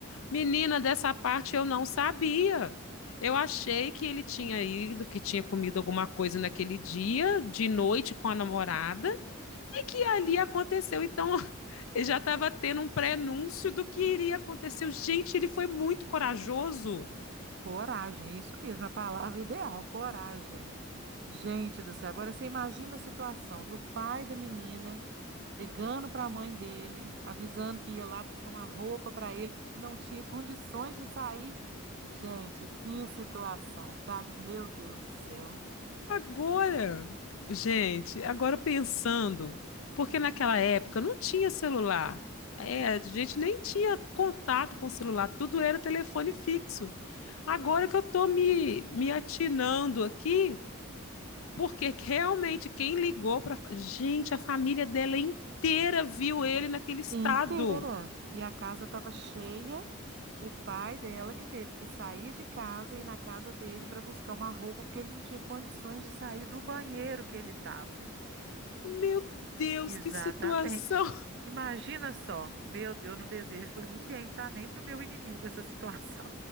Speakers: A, on the left; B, on the right.
A: Menina, dessa parte eu não sabia. Eu achei que ele tinha ido, que tinha comido alguma coisa naquele dia, de noite com a namorada, e que ali aconteceu. Então, <laughs> ele já estava tendo um prenúncio do que iria acontecer. Gente, ele foi muito corajoso.
B: Coragem, isso mesmo, a palavra ideal, coragem. Gente do céu, agora você imagina a situação do pai da menina. ligando para a mãe dele, avisando que ia lá buscar uma roupa para ele, ele não tinha <laughs> condições de sair. Gente, que situação, tá? Meu Deus do céu.
A: Agora, gente, agora pensando, porque naquela época não tinha celular. É, a gente nem tinha contato com celular, tudo era telefone fixo. Agora que eu estou me, me atinando aqui, porque que realmente quem ligou para. Gente, a família dela inteira viu ele naquele estado.
B: Inteira. E a casa estava cheia. O pai dela que teve que sair de casa e ir na casa dele para buscar uma roupa, porque ele não tinha condições de sair do banheiro que ele estava.
A: Meu Deus,
B: Exatamente.
A: que situação!
B: Imagina só. Meu Deus, eu não desejo para ninguém, tá? Nem para o meu inimigo essa situação.